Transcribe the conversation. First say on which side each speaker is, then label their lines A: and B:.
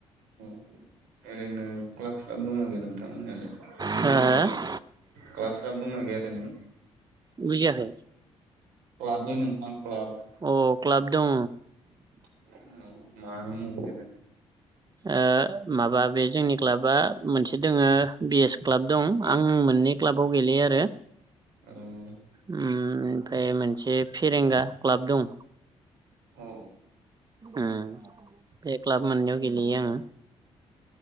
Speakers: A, on the right; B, on the right.
A: औ ओरैनो क्लाब स्लाब दंना गैया नोंथांमोननियालाय?
B: हो हो
A: क्लाब साब दंना गैया ओरैनो?
B: बुजियाखै?
A: क्लाबलै नोंथां क्लाब।
B: अ क्लाब दङ।
A: <unintelligible>
B: ओ माबा बे जोंनि क्लाबा मोनसे दङो बि एस क्लाब दं। आं मोननै क्लाबाव गेलेयो आरो।
A: ओम।
B: ओम ओमफ्राय मोनसे फेरेंगा क्लाब दं।
A: औ
B: ओम बे क्लाब मोननैयाव गेलेयो आङो।